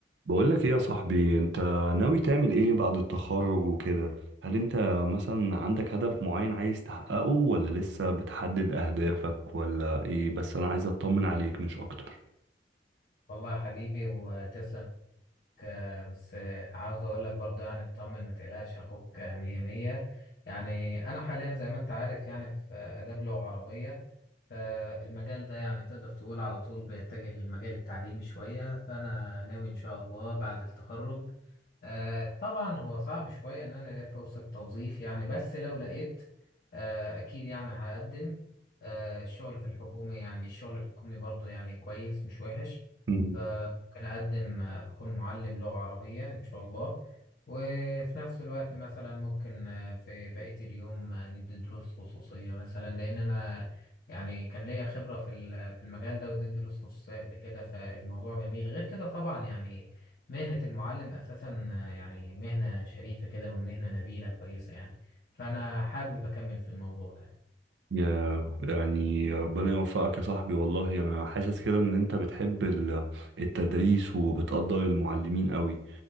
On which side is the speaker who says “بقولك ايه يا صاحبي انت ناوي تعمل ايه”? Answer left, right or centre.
Right